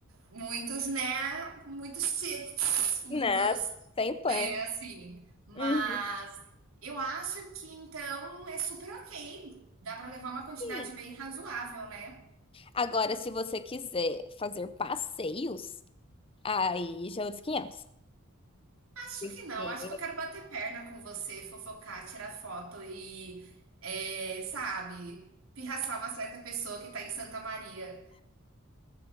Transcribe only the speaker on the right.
muitos, né? Muitos tips, muitos,
né, assim. Mas
eu acho que então é super ok. Dá para levar uma quantidade
bem razoável, né?
Acho
que não, acho que eu quero bater perna com você, fofocar, tirar foto e, é, sabe, pirraçar uma certa pessoa que tá em Santa Maria.